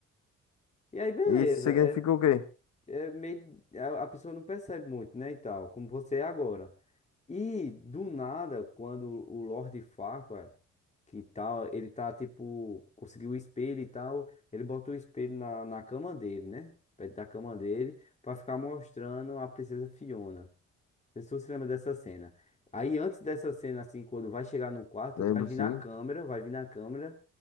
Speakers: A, on the left; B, on the left.
A: E aí, beleza.
B: Isso significa
A: É,
B: o quê?
A: é meio, a a pessoa não percebe muito, né? E tal, como você é agora. E do nada, quando o Lord Farquaad, que tal, ele tá tipo, conseguiu o espelho e tal, ele botou o espelho na, na cama dele, né? Perto da cama dele, pra ficar mostrando a princesa Fiona. Não sei se você lembra dessa cena. Aí antes dessa cena, assim, quando vai chegar no quarto,
B: Lembro,
A: vai vir
B: sim.
A: na câmera, vai vir na câmera,